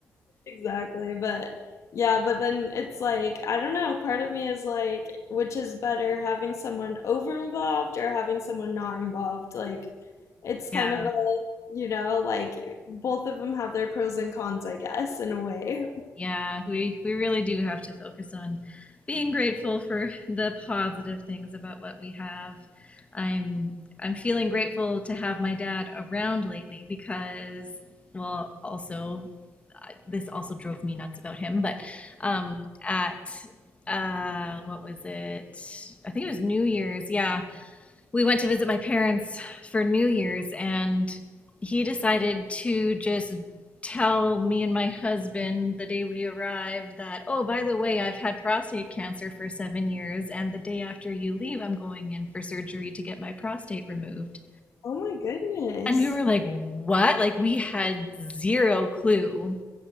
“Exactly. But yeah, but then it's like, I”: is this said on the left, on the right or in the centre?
Left